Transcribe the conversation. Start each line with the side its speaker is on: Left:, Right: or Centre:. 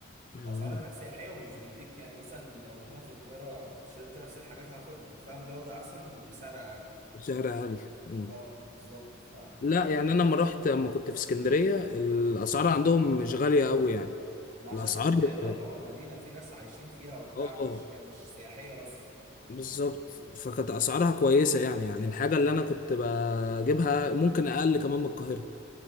Left: مم.
Right: الأسعار هناك سياحية ومش بيديك يعني مثلا لو هنا في القاهرة شربت نفس الحاجات هاخد فاهم جودة أحسن وسعر أقل
Left: سعر اقل مم.
Right: أه بالظبط ف
Left: لا يعني انا لما رحت لما كنت في اسكندريه الاسعار عندهم مش غاليه قوي يعني
Right: ما عشان
Left: الاسعار
Right: اسكندرية تعتبر
Left: اه
Right: مدينة في ناس عايشين فيها وبتاع
Left: آه،
Right: مش هي مش سياحية بس
Left: بالظبط فكانت اسعارها كويسه يعني يعني الحاجه اللي انا كنت بجيبها ممكن اقل كمان من القاهره